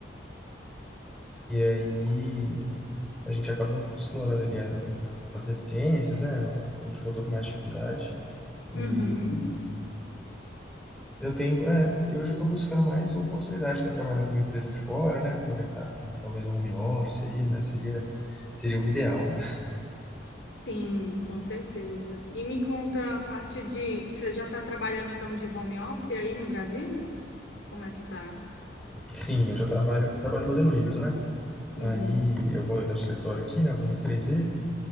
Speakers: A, in the centre; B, on the left.
A: E aí a gente acaba explorando ali a- as deficiências, né? Onde que eu tô com mais dificuldade. E
B: Uhum.
A: eu tenho, é, e hoje eu tô buscando mais oportunidade para trabalhar por empresa de fora, né? Aproveitar talvez o home office aí, né? Seria, seria o ideal, né?
B: Sim, com certeza. E me conta a parte de... Você já está trabalhando, então, de home office aí no Brasil? Como é que tá?
A: Sim, eu já trabalho, eu trabalho no modelo híbrido, né?
B: Uhum,
A: Aí eu vou ainda ao escritório aqui, né? Eu vou umas três vezes.